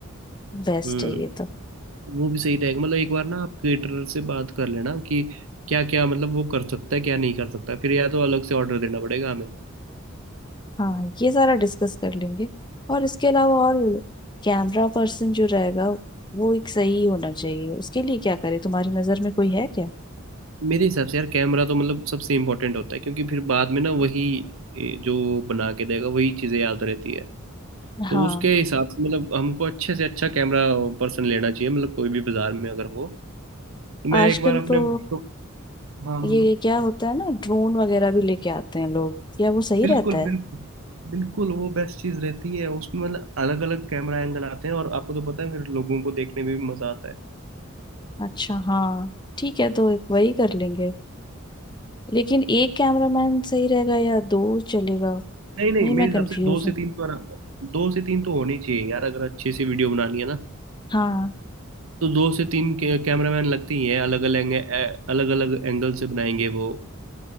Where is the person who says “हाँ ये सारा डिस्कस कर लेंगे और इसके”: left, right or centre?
Left